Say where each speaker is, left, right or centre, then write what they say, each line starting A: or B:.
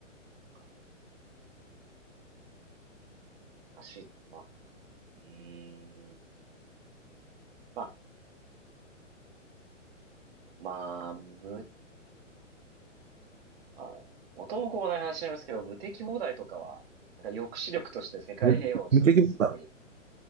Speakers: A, on the right; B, on the right.
A: かあるかな。難しい。まあ、うーん、まあ、まあ、む、あ、元も子もない話になりますけど、無敵放題とかは、なんか抑止力として世界平和を実現するために
B: 無無敵ボタ